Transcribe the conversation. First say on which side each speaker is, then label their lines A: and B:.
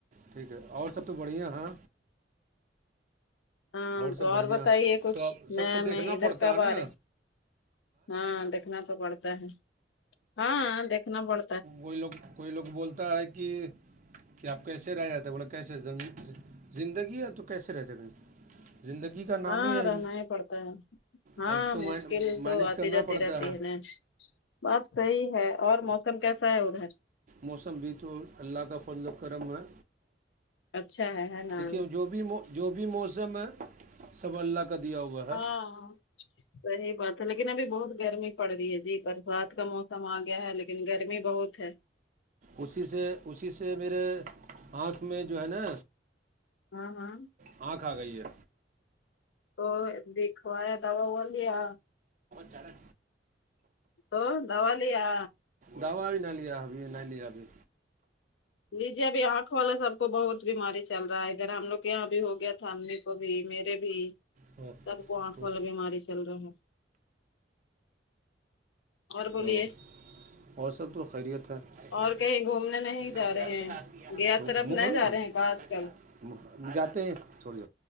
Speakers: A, on the right; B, on the left.
A: ٹھیک ہے اور سب تو بڑھیا ہیں
B: ہاں تو
A: سب بڑھیا
B: اور بتائیے کچھ
A: تو اب سب
B: نیا
A: کو دیکھنا
B: میں ادھر
A: پڑتا
B: کب
A: ہے نا
B: آرہے ہاں دیکھنا تو پڑتا ہے ہاہاں دیکھنا پڑ
A: ان لوگ کوئی لوگ بولتا ہی کہ کیا آپ کیسے رہ جاتے بولو کیسے زندگی ہے تو کیسے رہ سکیں زندگی کا نام
B: ہاں
A: ہے
B: رہنا ہی پڑتا ہے ہاں
A: اب اس کو مین-
B: مشکل تو
A: مینج
B: آتی
A: کرنا
B: جاتی
A: پڑتا
B: رہتی ہے نا بات صحیح ہے اور موسم کیسا ہے ادھر
A: موسم بھی تو اللہ کا فضل وه کرم ہے
B: اچھا ہے ہے نا
A: دیکھیے جو بھی جو بھی موسم ہے سب اللہ کا دیا ہوا ہے
B: ہاں <unintelligible> صحیح بات ہے لیکن ابھی بہت گرمی پڑگئی ہے جی برسات کا موسم آ گیا ہے لیکن گرمی بہت ہے
A: اسی سے اسی سے میرے آنکھ میں جو ہے نا
B: ہاں ہاں
A: ہاں کھا گئی ہے
B: تو دیکھوایا دوا ہوا لیا
A: چڑیں
B: تو دوا لیا
A: دوا ہی نہیں لیا ابھی نہیں لیا ابھی
B: جی جی ابھی آنکھ والا سب کو بہت بیماری چل رہا ہے ادھر ہم لوگ کے یہاں بھی ہو گیا تھاہم بھی انکو بھی میرے بھی
A: او،
B: سب کو آنکھ
A: تو
B: والا بیماری چل رہا ہے اور بولیے
A: ہو اور سب تو خیریت ہے اچھا
B: اور کہیں گھومنے نہیں جا
A: اچار
B: رہے
A: بنادی
B: ہیں گیا طرف
A: منہ
B: نہیں
A: کھولنا
B: جا رہے ہیں کا
A: <unintelligible>
B: آج کل
A: ہم جاتے ہیں تھوڑی